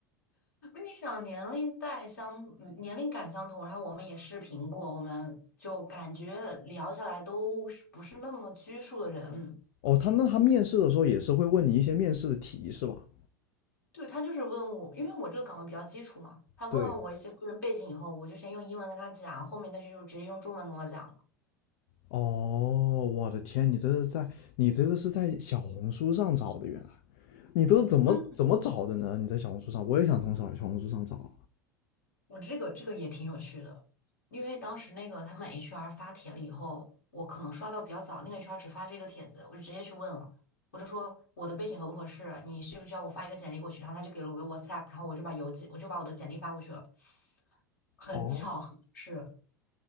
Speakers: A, on the left (about 70°); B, on the left (about 50°).
A: 你想年龄代相嗯年龄感相同，然后我们也视频过，我们就感觉聊下来都是不是那么拘束的人。
B: <laughs> 哦，他那他面试的时候也是会问你一些面试的题是吧？
A: 对，他就是问我，因为我这个岗位比较基础嘛，他问了我一些个人背景以后，
B: 对，
A: 我就先用英文跟他讲，后面那句就直接用中文跟我讲了。
B: 哦，我的天，你这是在你这个是在小红书上找的，原来你都是怎么怎么找的呢？
A: 嗯
B: 你在小红书上，我也想从小小红书上找啊
A: 我这个这个也挺有趣的，因为当时那个他们 HR 发帖了以后，我可能刷到比较早，那个 HR 只发这个帖子，我就直接去问了，我就说我的背景合不合适，你需不需要我发一个简历过去？然后他就给了我个 WhatsApp，然后我就把邮寄，我就把我的简历发过去了。很巧合是
B: 哦，